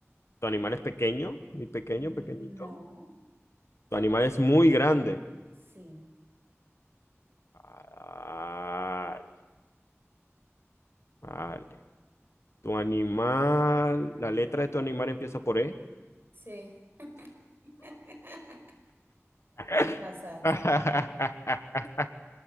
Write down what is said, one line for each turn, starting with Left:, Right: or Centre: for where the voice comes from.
Left: ¿Tu animal es pequeño? Muy pequeño,
Right: no,
Left: pequeñito. ¿Tu animal es muy grande?
Right: sí,
Left: Vale, vale. Tu animal, la letra de tu animal empieza por E.
Right: sí. <laughs>
Left: <laughs>
Right: Te pasaste.